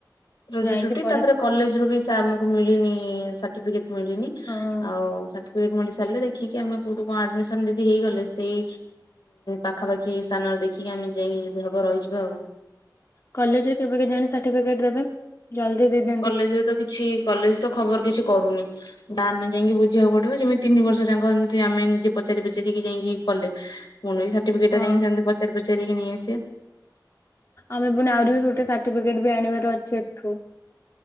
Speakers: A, on the left; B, on the left.
A: ରଜ
B: ଯାଇକି
A: ଛୁଟି
B: ପଢା
A: ତାପରେ କଲେଜ ରୁ ବି ସେ ଆମକୁ ମିଳିନି ସାର୍ଟିଫିକେଟ ମିଳିନି।
B: ହଁ
A: ଆଉ ସାର୍ଟିଫିକେଟ ମିଲି ସରିଲେ ଦେଖିକି ଆମେ କୋଉଠୁ କଣ ଆଡମିଶନ ଯଦି ହେଇଗଲେ ସେଇ? ପାଖାପାଖି ସ୍ଥାନରେ ଦେଖିକି ଆମେ ନିଜେ ଯଦି ହବ ରହିଯିବା ଆଉ।
B: କଲେଜରେ କେବେ କେଜାଣି ସାର୍ଟିଫିକେଟ୍ ଦେବେ? ଜଲଦି ଦେଇ ଦିଅନ୍ତେ।
A: କଲେଜରେ ତ କିଛି କଲେଜ ତ ଖବର କିଛି କରୁନି। ବା ଆମେ ଯାଇକି ବୁଝିବାକୁ ପଡିବ ଯେମିତି ତିନି ବର୍ଷ ଯାକ ଏମିତି ଆମେ ନିଜେ ପଚାରି ପଚାରିକି ଯାଇକି କଲେ। ମୋନି ବି ସାର୍ଟିଫିକେଟ
B: ହଁ
A: ଟା ଯାଇକି ସେମତି ପଚାରି ପଚାରିକି ନେଇଆସିବା।
B: ଆମେ ପୁଣି ଆହୁରି ବି ଗୋଟେ ସାର୍ଟିଫିକେଟ୍ ବି ଆଣିବାର ଅଛି ଏଠୁ।